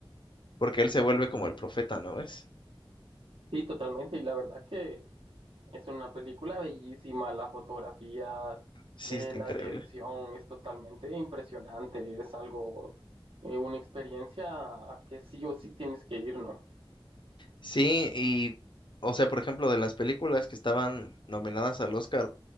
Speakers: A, on the left; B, on the right.
A: porque él se vuelve como el profeta, ¿no ves?
B: Sí, totalmente. Y la verdad que es una película bellísima. La fotografía,
A: Sí,
B: eh,
A: está
B: la
A: increíble.
B: dirección es totalmente impresionante. Es algo, eh, una experiencia que sí o sí tienes que ir, ¿no?
A: Sí, y o sea, por ejemplo, de las películas que estaban nominadas al Oscar,